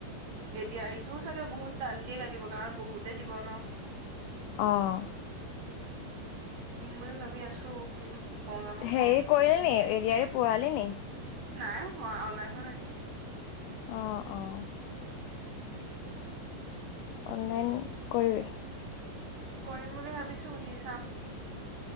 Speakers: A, on the right (about 50°); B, on the left (about 85°).
A: এদয়া এইটো চাগে বহুত তাল কি কাটিব কাৰণ বহুতে দিব ন
B: আহ
A: দিম বুলি ভাবি আছো কিন্তু কি কওঁ জানো
B: হেৰি কৰিল নি এৰিয়াৰে প়াল নি
A: নাই হয় অনলাইন হোৱা নাই নহয়
B: আহ আহ অনলাইন কৰিবি
A: কৰিম বুলি ভাবিছো দি চাম